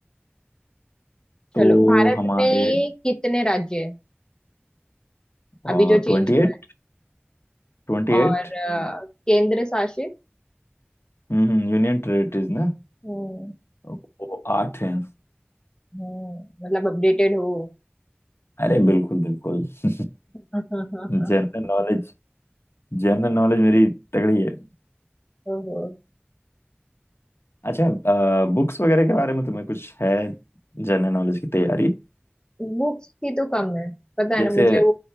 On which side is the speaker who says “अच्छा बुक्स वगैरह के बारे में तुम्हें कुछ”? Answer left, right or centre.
Left